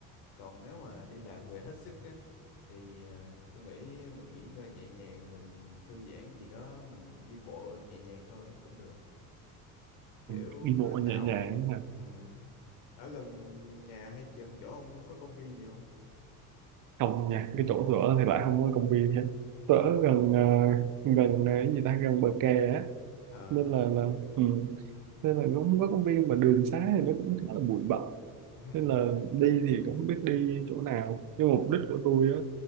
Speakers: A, on the left; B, on the right.
A: còn nếu mà đi làm về hết sức á, thì ờ, tôi nghĩ mình nghỉ ngơi nhẹ nhàng mình thư giãn gì đó mình đi bộ nhẹ nhàng thôi cũng được kiểu
B: không? đi
A: nó
B: bộ
A: tạo
B: nhẹ nhàng
A: ừm, ở gần nhà hay gần chỗ ông có công viên gì không
B: không nha cái chỗ tớ thì lại không có công viên hết tớ gần ờ, gần ờ, cái gì ta gần bờ kè á
A: ờ
B: nên là là ừ. nên là nó không có công viên mà đường xá thì nó cũng khá là bụi bặm
A: <laughs> ừ,
B: nên là đi thì cũng không biết đi chỗ nào nhưng mà mục đích của tôi á